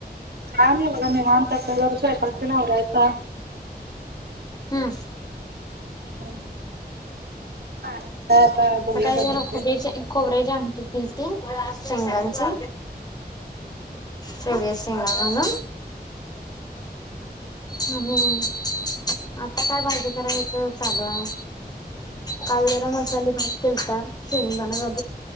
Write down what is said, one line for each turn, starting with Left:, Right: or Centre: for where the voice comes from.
Right: काय नाय बघा निवांत, आता स्वयंपाक तेन आवरायचा.
Left: हा.
Right: हम पाणी काय आता बघुया
Left: सकाळी
Right: कधी
Left: जरा
Right: येतय.
Left: खोबऱ्याची खोबऱ्याची आमटी केलती शेंगदाण्याची शेवग्याच्या शेंगा घालून हम आता काय भाजी करायचं. चालू हाय. काल जरा मसाली भात केलता, शेंगदान घालून.